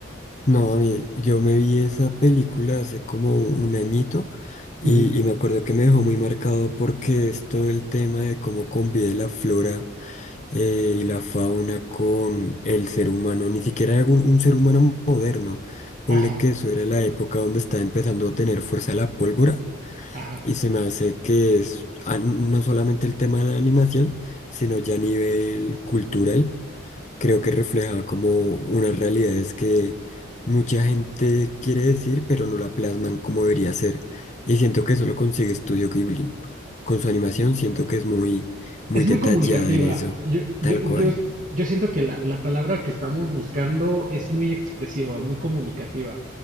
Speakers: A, on the left; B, on the right.
A: No, a mí, yo me vi esa película hace como un añito y,
B: Ujú,
A: y me acuerdo que me dejó muy marcado porque es todo el tema de cómo convive la flora. eh, y la fauna con el ser humano, ni siquiera era un, un ser humano moderno. Ponle
B: Ajá,
A: que eso era la época donde estaba empezando a tener fuerza la pólvora
B: ajá.
A: y se me hace que es ah, no solamente el tema de la animación, sino ya a nivel cultural, creo que refleja como unas realidades que mucha gente quiere decir, pero no la plasman como debería ser. Y siento que eso lo consigue Studio Ghibli. Con su animación siento que es muy, muy
B: Es
A: detallada
B: muy comunicativa.
A: en eso,
B: Yo, yo,
A: tal cual.
B: yo, yo siento que la, la palabra que estamos buscando es muy expresiva, muy comunicativa.